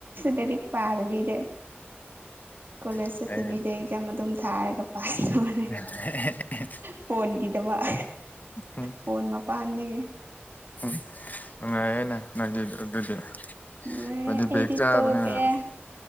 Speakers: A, on the right; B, on the left.
A: ꯂꯥꯢꯔꯤꯛ ꯄꯥꯗꯕꯤꯗ ꯀꯣꯂꯦꯖ
B: ꯑꯩ
A: ꯁꯠꯇꯕꯤꯗ ꯑꯦꯛꯖꯥꯝ ꯑꯗꯨꯝ ꯊꯥꯔꯒ ꯄꯥꯁ ꯇꯧꯔꯦ
B: <unintelligible>
A: ꯐꯣꯟꯒꯤꯗꯃꯛ
B: ꯎꯝ
A: ꯐꯣꯟ ꯃꯄꯥꯟꯗꯒꯤ
B: ꯎꯝ ꯅꯨꯡꯉꯥꯏꯔꯦꯅꯦ ꯅꯣꯢꯗꯤ ꯑꯗꯨꯗꯤ
A: ꯅꯨꯡꯉꯥꯏꯔꯦ
B: ꯑꯈꯣꯢꯗꯤ
A: ꯑꯩꯗꯤ
B: ꯕꯦꯒ ꯆꯕꯅꯤꯅ
A: ꯇꯣꯛꯑꯦ